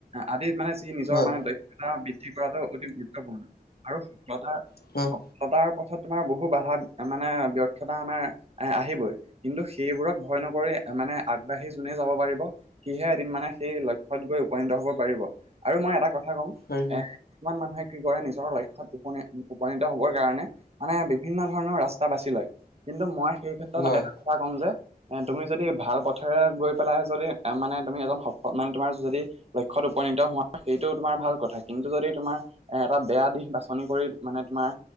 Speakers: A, on the right; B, on the left.
A: আদিত মানে যি নিজৰ
B: হয়
A: মানে দক্ষ লতা বৃদ্ধি কৰাটো অতি গুৰুত্বপূৰ্ণ আৰু সফলতাৰ
B: হ
A: সফলতাৰ পথত তোমাৰ বহু বাধা মানে ব্যৰ্থতা আমাৰ আহ আহিবই কিন্তু সেইবোৰক ভয় নকৰি মানে আগবাঢ়ি যোনে যাব পাৰিব সিহে এদিন মানে সেই লক্ষ্যত গৈ উপনীত হব পাৰিব আৰু মই এটা কথা কম
B: পাৰিব
A: কিমান মানুহে কি কৰে নিজৰ লক্ষ্যত উপনী উপনীত হবৰ কাৰণে মানে বিভিন্ন ধৰণৰ ৰাস্তা বাচি লয় কিন্তু মই সেই ক্ষেত্ৰত
B: নয়
A: এটা কথা ক'ম যে এ তুমি যদি ভাল পথেৰে গৈ পেলাই যদি মানে তুমি এজন সফ মানে তোমাৰ যদি লক্ষ্যত উপনীত হোৱা সেইটো তোমাৰ ভাল কথা কিন্তু যদি তোমাৰ এ এটা বেয়া দিশ বাছনি কৰি মানে তোমাৰ